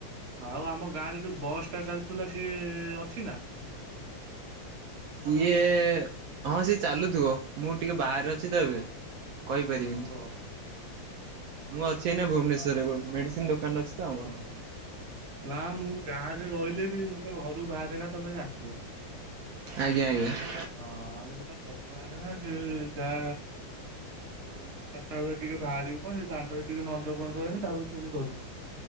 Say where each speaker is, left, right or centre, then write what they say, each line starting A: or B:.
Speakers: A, on the right; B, on the right.
A: ଆଉ ଆମ ଗାଁ ରେ ଯୋଉ ବସ୍ ଟା ଚାଲୁଥିଲା ସିଏ ଅଛି ନା?
B: ଇଏ ହଁ ସିଏ ଚାଲୁଥିବ ମୁଁ ଟିକେ ବାହାରେ ଅଛି ତ ଏବେ। କହିପାରିବିନି
A: ଓହୋ।
B: ମୁଁ ଅଛି ଏନା ଭୁବନେଶ୍ୱରରେ ମେଡ଼ିସିନ ଦୋକାନରେ ଅଛି। ତ ଆମର।
A: ଓହୋ ନା ମୁଁ ଗାଁ ରେ ରହିଲେ ବି ମୁଁ ତ ଘରୁ ବାହାରେ ନା ତମେ ଜା
B: ଆଜ୍ଞା ଆଜ୍ଞା।
A: ହଁ ଆଉ ମୁଁ ତ ଭଲ <unintelligible> ଯା। ଚାରିଟା ବେଳେ ଟିକେ ବାହାରିବୁ କ ଦାଣ୍ଡ ଟିକେ ନଜର ଫ୍ର ହେନି ତାପ ପୁଣି ଘରକୁ।